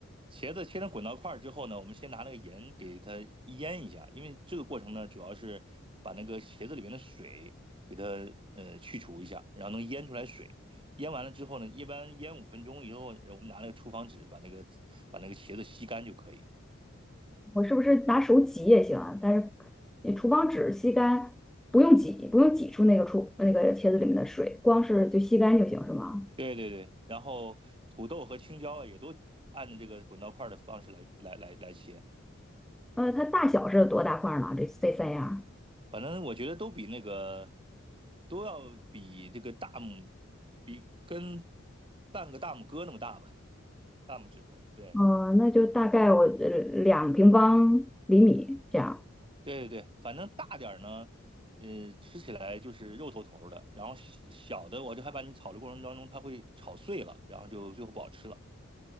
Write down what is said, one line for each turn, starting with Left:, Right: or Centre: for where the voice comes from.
Right: 茄子切成滚刀块之后呢，我们先拿那个盐给它腌一下，因为这个过程呢，主要是把那个茄子里面的水给它呃去除一下，然后能腌出来水。腌完了之后呢，一般腌五分钟以后，我们拿那个厨房纸把那个把那个茄子吸干就可以。
Centre: 我是不是拿手挤也行啊？但是你厨房纸吸干，不用挤，不用挤出那个出那个茄子里面的水，光是就吸干就行，是吗？
Right: 对对对，然后土豆和青椒啊也都按照这个滚刀块的方式来来来来切，
Centre: 呃，它大小是有多大块儿呢？这这三样儿？
Right: 反正我觉得都比那个都要比这个大拇比跟半个大拇哥那么大吧。大拇指头，对
Centre: 呃，那就大概我呃两平方厘米这样。
Right: 对对对，反正大点儿呢，呃，吃起来就是肉头头的，然后小小的我就害怕你炒的过程当中它会炒碎了，然后就最后不好吃了。